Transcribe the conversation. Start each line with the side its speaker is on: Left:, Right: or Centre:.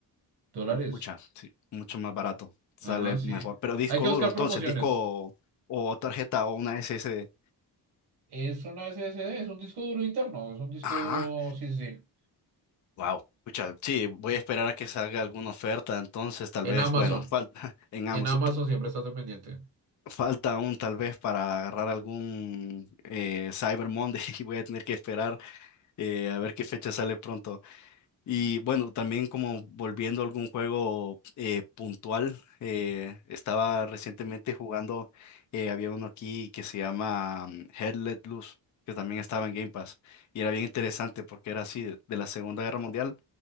Right: dólares.
Left: Pucha, sí, mucho más barato, sale
Right: Ajá, sí.
Left: mejor. Pero disco
Right: Hay que
Left: duro,
Right: buscar
Left: entonces,
Right: promociones.
Left: disco o tarjeta o una SSD.
Right: Es una SSD, es un disco duro interno, es un disco
Left: Ajá,
Right: duro, sí, sí, sí.
Left: wow. Pucha, sí, voy a esperar a que salga alguna oferta, entonces tal
Right: En
Left: vez,
Right: Amazon,
Left: bueno, falta <laughs> en Amazon,
Right: en Amazon
Left: t-
Right: siempre estás pendiente.
Left: falta aún tal vez para agarrar algún eh, Cyber Monday <laughs> y voy a tener que esperar eh, a ver qué fecha sale pronto. Y bueno, también como volviendo a algún juego eh, puntual, eh, estaba recientemente jugando, eh, había uno aquí que se llama mm, Hell Let Loose, que también estaba en Game Pass, y era bien interesante porque era así, de, de la Segunda Guerra Mundial,